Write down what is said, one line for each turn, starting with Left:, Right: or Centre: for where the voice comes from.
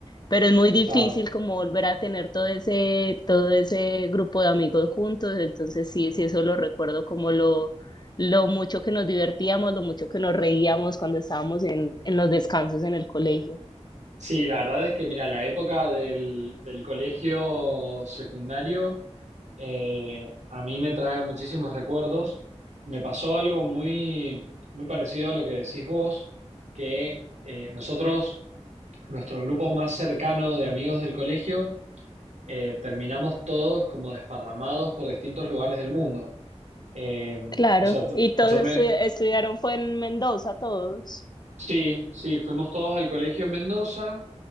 Left: pero es muy difícil
Right: claro.
Left: como volver a tener todo ese, todo ese grupo de amigos juntos, entonces sí, sí, eso lo recuerdo como lo, lo mucho que nos divertíamos, lo mucho que nos reíamos cuando estábamos en, en los descansos en el colegio.
Right: Sí, la verdad es que, mira,
Left: Sí.
Right: la época del, del colegio secundario eh, a mí me trae muchísimos recuerdos. Me pasó algo muy, muy parecido a lo que decís vos, que eh, nosotros, nuestro grupo más cercano de amigos del colegio, eh, terminamos todos como desparramados por distintos lugares del mundo. Eh,
Left: Claro,
Right: o sea, yo,
Left: y todos
Right: yo
Left: estudi-
Right: me...
Left: estudiaron, fue en Mendoza, todos.
Right: Sí, sí, fuimos todos al colegio en Mendoza.